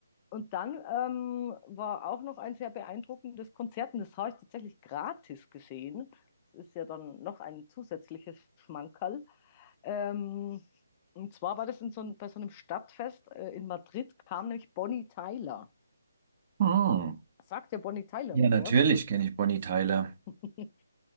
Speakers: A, on the left; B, on the right.
A: und dann ähm, war auch noch ein sehr beeindruckendes Konzert, und das habe ich tatsächlich gratis gesehen. Das ist ja dann noch ein zusätzliches Schmankerl. Ähm, und zwar war das in so ein, bei so einem Stadtfest äh, in Madrid, kam nämlich Bonnie Tyler.
B: hm.
A: Sagt der Bonnie Tyler
B: Ja,
A: noch
B: natürlich
A: was?
B: kenne ich Bonnie Tyler.
A: <laughs>